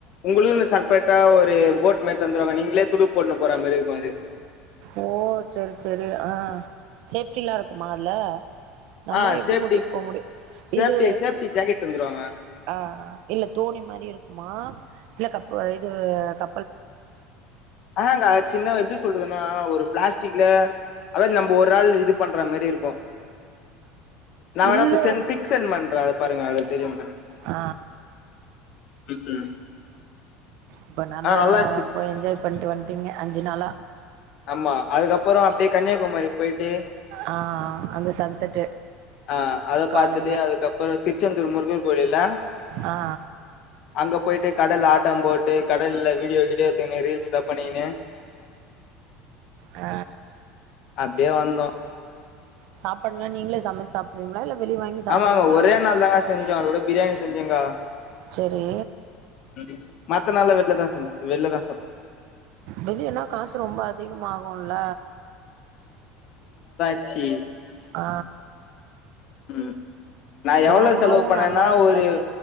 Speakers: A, on the left; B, on the right.
A: உங்களுக்குனு செப்பரேட்டா ஒரு போட் மாரி தந்துவாங்க நீங்களே துடுப் போட்னு போற மாரி இருக்கு அது
B: ஓ சரி சரி ஆ சேப்டி எல்லா இருக்குமா அதுல நம்மள
A: ஆ
B: எப்படி
A: சேஃப்டி
B: ஓட்டிட்டு போ முடியு
A: சேஃப்டி
B: இது
A: சேஃப்டி ஜாக்கெட் தந்துருவாங்க
B: ஆ இல்ல தோணி மாரி இருக்குமா இல்ல கா இப்ப இது க
A: ஆங்க சின்ன எப்டி சொல்றதுன்னா ஒரு பிளாஸ்டிக்ல அதாவது நம்ம ஒரு ஆள் இது பண்ற மாரி இருக்கு நா வேணா
B: இல்ல
A: செ பிக் சென் பண்றே அத பாருங்க அதுல தெரியுமா பாருங்க
B: ஆ
A: ம் ம்
B: இப்ப நல்லா
A: ஆ இருந்துச்சு
B: போய் என்ஜாய் பண்ட்டு வந்துட்டிங்க அஞ்சு நாளா
A: ஆமா அதுக்கப் போறோ அப்படியே கன்னியாகுமரி போயிட்டு
B: ஆ அந்த சன்செட்டு
A: ஆ அத பார்த்துட்டு
B: காலைல
A: அதுக்கப்புறோ திருச்செந்தூர் முருகன் கோவில்ல
B: ஆ ஆ
A: அங்க போயிட்டு கடல் ல ஆட்டோம் போட்டு கடலில் வீடியோ கீடியோ எடுத்துகின்னு ரீல்ஸ் லா பண்ணினு
B: ஆ
A: அப்டியே வந்தோ
B: சாப்படலா நீங்களே சமைச்சு சாப்டுவீங்களா இல்ல வெளிய வாங்கி சாப்டுவீங்களா
A: ஆமா ஆமா ஒரே நாள் தாங்க செஞ்சோ அதோட பிரியாணி செஞ்சுங்காள
B: செரி
A: ம் மத்த நாள வெளிலதா செஞ்ச வெளிலதா சாப்
B: வெளியனா காசு ரொம்ப அதிகம்மாககும்ல
A: ச்சு
B: ஆ
A: ம் நா எவ்வளவு
B: ஏன்னா உணவும்
A: செலவு பண்ணேன்னா
B: நல்லா இருக்காது
A: ஒரு